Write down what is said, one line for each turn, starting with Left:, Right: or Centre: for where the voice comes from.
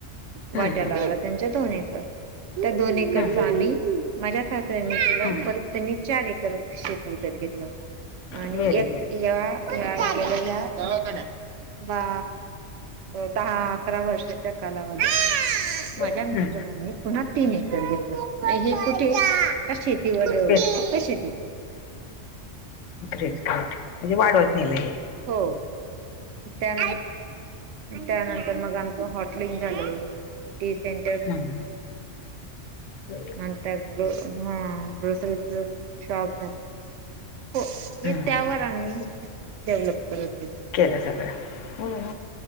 Left: हम्म
Right: वाट्याला आलं त्यांच्या दोन एकर. त्या दोन एकरच
Left: हम्म
Right: आम्ही माझ्या सासऱ्यांनी केलं
Left: हम्म
Right: पर त्यांनी चार एकर शेत विकत घेतलं. आणि
Left: व्हेरी
Right: एक
Left: गुड
Right: या कुणा गेलेल्या दवाखान्यात बा दहा अकरा वर्षाच्या कालावधी माझ्या
Left: हम्म
Right: मि प्रमाणे पुन्हा तीन एकर घेतलं. हे कुठे शेती वर
Left: व्हेरी
Right: फक्त शेती
Left: ग्रेट ग्रेट म्हणजे वाढवत नेलं हे.
Right: हो त्यान त्यानं तर मग आमचं हॉटलिंग झालं. टी सेन
Left: हा हा, <unintelligible>
Right: नंतर ग हा ग्रोसरीच शॉप झालं. हो हे
Left: हम्म
Right: त्यावर आम्ही डेव्हलप करत <unintelligible>
Left: केलं सगळं